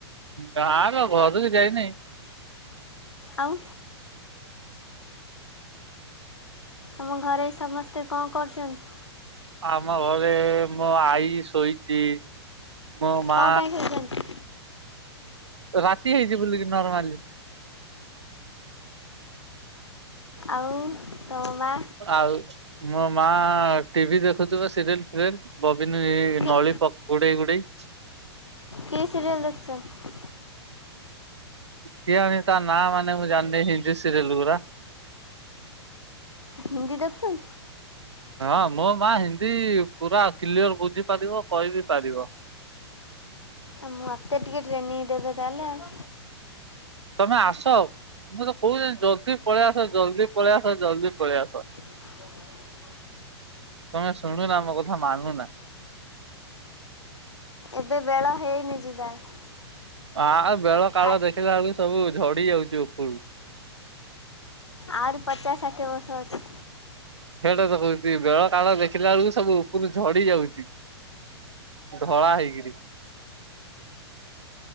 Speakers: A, on the right (about 80°); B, on the left (about 80°).
A: ଗାଁର ଘରକୁ ଯାଇନି।
B: ଆଉ ଆମ ଘରେ ସମସ୍ତେ କଣ କରୁଛନ୍ତି?
A: ଆମ ଘରେ ମୋ ଆଈ ଶୋଇଛି ମୋ ମା
B: କଣ ପାଇଁ ଶୋଇଛନ୍ତି
A: ରାତି ହେଇଜି ବୁଲିକି ନର୍ମାଲି
B: ଆଉ ତମ ମା?
A: ଆଉ ମୋ ମା ଟିଭି ଦେଖୁଥିବା ସିରିଏଲ ଫିରିଏଲେ। ବବିନୀ
B: କି
A: ନଳୀ ପଗୁଡ଼ି ଗୁଡେଇ
B: କି ସରିଏଲ ଦେଖୁଛନ୍ତି?
A: କିଆଣି ତା ନାଁ ମାନେ ମୁଁ ଜାଣିନେଇ ହିନ୍ଦୀ ସିରିଏଲ ଗୁଢା
B: ହିନ୍ଦି ଦେଖୁଛନ୍ତି।
A: ହଁ ମୋ ମା ହିନ୍ଦୀ ପୁରା କ୍ଲିଅର ବୁଝି ପାରିବ କହିିବି ପାରିବ।
B: ଆଉ ମତେ ଟିକେ ଟ୍ରେନଂ ଦେବେ ତାହେଲେ ଆଉ।
A: ତମେ ଆସ ମୁଁ ତ କହୁଚି ଜଲଦି ପଳେଇ ଆସ ଜଲଦି ପଳେଇ ଆସ ଜଲଦି ପଳେଇ ଆସ।
B: ହ
A: ତମେ ଶୁଣୁନା ମୋ କଥା ମାନୁନା।
B: ଏବେ ବେଳ ହେଇନି ଯିବାର
A: ଆଉ ବେଳ କାଳ
B: ଆ
A: ଦେଖିଲା ବେଳକୁ ସବୁ ଝଡି ଯାଉଛି ଉପରୁ
B: ଆହୁରି ପଚାଶ ଷାଠିଏ ବର୍ଷ ଅଛି।
A: ହେଟା ତ କହୁଛି ବେଳ କାଳ ଦେଖିଲା ବେଳକୁ ସବୁ ଉପରୁ ଝଡି ଯାଉଛି। ଧଳା ହେଇକିରି